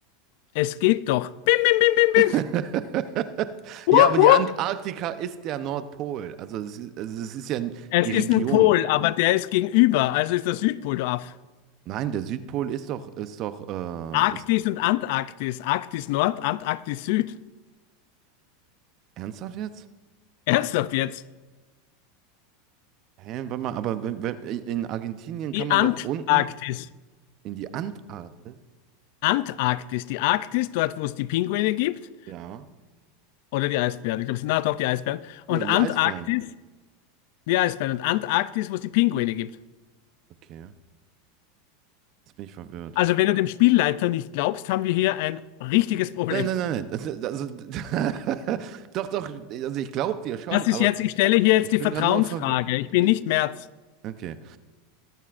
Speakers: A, on the left; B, on the right.
A: Es geht doch. Bim, bim, bim, bim, bim.
B: <laughs> Ja,
A: Wupp,
B: aber die
A: wupp.
B: Antarktika ist der Nordpol. Also es ist, also es ist ja
A: Es
B: die
A: ist
B: Region.
A: ein Pol, aber der ist gegenüber, also ist der Südpol, du Aff.
B: Nein, der Südpol ist doch, ist doch, äh,
A: Arktis
B: ist
A: und Antarktis. Arktis Nord, Antarktis Süd.
B: ernsthaft jetzt?
A: Ernsthaft jetzt?
B: Hä, warte mal, aber wenn, wenn, in Argentinien kann
A: Die
B: man
A: Antarktis.
B: doch unten in die Antarktis?
A: Antarktis. Die Arktis, dort, wo es die Pinguine gibt,
B: Ja.
A: oder die Eisbären. Ich glaube, es sind, na doch, die Eisbären. Und
B: Nee, die
A: Antarktis,
B: Eisbären.
A: die Eisbären. Und Antarktis, wo es die Pinguine gibt.
B: Okay, jetzt bin ich verwirrt.
A: Also, wenn du dem Spielleiter nicht glaubst, haben wir hier ein richtiges Problem.
B: Nein, nein, nein, nein. Das, also, <laughs> doch, doch, also ich glaube dir schon,
A: Das
B: aber
A: ist jetzt, ich stelle hier jetzt
B: ich
A: die
B: bin
A: Vertrauensfrage.
B: gerade nur verwirrt.
A: Ich bin
B: Ich,
A: nicht Merz.
B: okay.